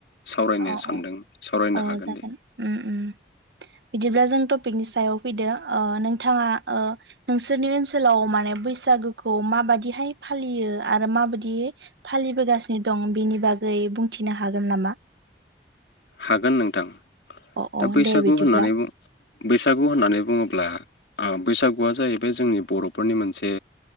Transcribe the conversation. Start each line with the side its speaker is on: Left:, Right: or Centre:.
Left: सावरायनो
Right: अ
Left: सानदों
Right: अ
Left: सावरायनो
Right: अ
Left: हागोन
Right: जागोन
Left: दे।
Right: उम उम बिदिब्ला जों टपिकनि सायाव फैदो ओ नोंथाङा ओ नोंसोरनि ओनसोलाव माने बैसागुखौ माबादिहाय फालियो आरो माबादि फालिबोगासिनो दं बेनि बागै बुंथिनो हागोन नामा?
Left: हागोन नोंथां।
Right: अ
Left: दा
Right: अ
Left: बैसागु
Right: दे बिदिब्ला
Left: होननानै उ बैसागु होननानै बुङोब्ला ओ बैसागुआ जाहैबाय जोंनि बर'फोरनि मोनसे